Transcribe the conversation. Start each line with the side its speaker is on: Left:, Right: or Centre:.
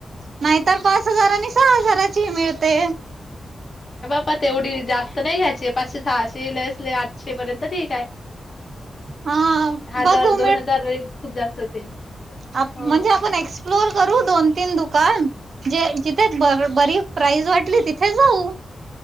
Right: नाहीतर पाच हजार आणि सहा हजाराची ही मिळते.
Left: प तेवढी जास्त नाय घ्यायची पाचशे सहाशे लयच लय आठशे पर्यंत ठीक आहे.
Right: हा
Left: हजार
Right: बघू
Left: दोन हजार एक खूप जास्त होते.
Right: आप
Left: हो
Right: म्हणजे आपण एक्सप्लोर करू दोन तीन दुकान जे जिथे ब बरी प्राईज वाटली तिथे जाऊ.